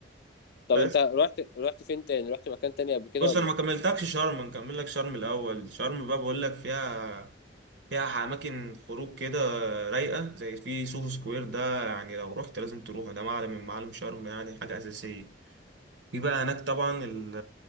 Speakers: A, on the left; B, on the right.
A: طب
B: بس
A: أنت رحت رحت فين تاني رحت مكان تاني قبل كده
B: بص
A: ولا
B: انا ما كملتكش شرم نكمل لك شرم الاول شرم بقى بقول لك فيها فيها اماكن خروج كده رايقه زي في سوهو سكوير ده يعني لو رحت لازم تروحه ده معلم من معالم شرم يعني حاجه اساسيه في بقى هناك طبعا ال-